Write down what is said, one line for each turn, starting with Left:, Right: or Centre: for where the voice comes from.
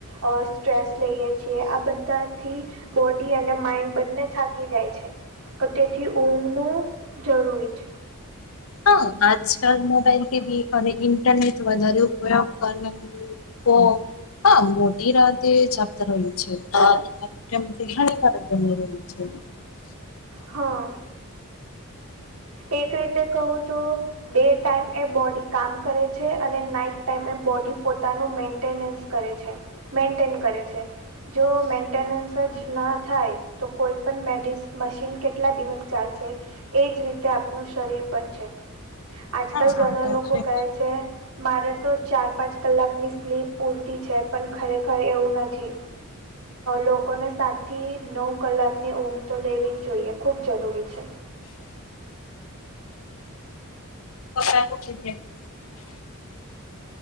Right: અ સ્ટ્રેસ લઈએ છીએ આ બધાથી બોડી અને માઈન્ડ બંને થાકી જાય છે. તો તેથી ઊંઘનું જરૂરી છે
Left: હા આજકાલ મોબાઈલ કે બી અને ઇન્ટરનેટ વધારે ઉપયોગ કરવા હા મોટી રાતે જ આપતા રહ્યું છે કેમ કે હાનિકારક બની રહ્યું છે
Right: હા એક રીતે કહું તો ડે ટાઈમ એ બોડી કામ કરે છે અને નાઈટ ટાઈમ એ બોડી પોતાનું મે મેન્ટેનન્સ કરે છે મેન્ટેન કરે છે જો મેન્ટનન્સ સર્જ ના થાય તો કોઈપ મેડિસ મશીન કેટલા દિવસ ચાલશે એ જ રીતે તે આપનું શરીર પણ છે આજકાલ
Left: હા તો
Right: ઘણા લોકો
Left: છે
Right: કહે છે મારે તો ચાર પાંચ કલાકની સ્લીપ પૂરતી છે પણ ખરેખર એવું નથી લોકોને સાતથી નવ કલાકની ઊંઘ તો લેવી જ જોઈએ ખૂબ જરૂરી છે
Left: પકડા <unintelligible>